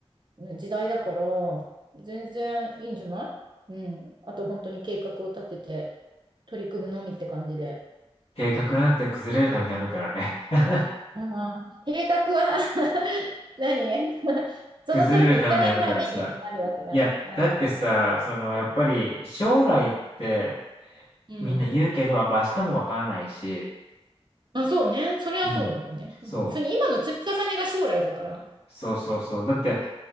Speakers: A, on the right; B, on the left.
A: ね時代だから、全然いいんじゃないうん。あと本当に計画を立てて、取り組むのみって感じで。
B: 計画なんて崩れるためにあるからね。<laughs>
A: ああ、計画は <laughs> 何 <laughs>
B: 崩れるためにあるからさ。
A: その通りにいかないためにあるわけだ。
B: いや、
A: ああ、
B: だってさ、そのやっぱり将来って、
A: うん。
B: みんな言うけど、やっぱ明日もわからないし、
A: あ、そうね。それはそうだよね。
B: うん。そう、
A: うん、普通に今の積み重ねが将来だから。
B: そうそうそう。だって、